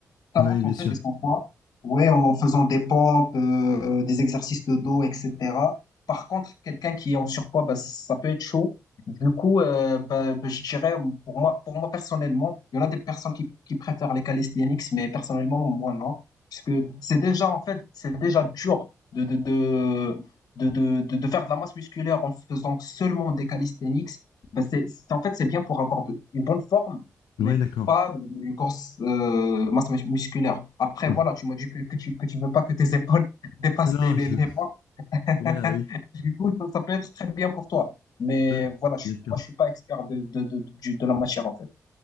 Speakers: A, on the left; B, on the left.
A: sa
B: Oui,
A: masse
B: bien
A: en fait
B: sûr.
A: et son poids, ouais, en faisant des pompes, euh, des exercices de dos, etc. Par contre, quelqu'un qui est en surpoids, bah, ça peut être chaud. Du coup, euh, bah, bah, je dirais, pour moi, pour moi personnellement, il y en a des personnes qui, qui préfèrent les calisthenics, mais personnellement, moi, non. Puisque c'est déjà, en fait, c'est déjà dur de, de, de, de, de, de, de faire de la masse musculaire en faisant seulement des calisthenics, ben c'est, c'est- en fait, c'est bien pour avoir de- une bonne forme, mais
B: Ouais, d'accord.
A: pas une grosse euh, masse mus- musculaire. Après,
B: Non,
A: voilà, tu m'as dit que, que tu, que tu veux pas que tes épaules <laughs> dépassent
B: non,
A: les, les,
B: je.
A: les bras. <laughs>
B: Voilà, oui.
A: Du coup, ça, ça peut être très bien pour toi. Mais
B: Euh,
A: voilà, je,
B: Bien sûr.
A: moi, je suis pas expert de, de, de, du- de la matière, en fait.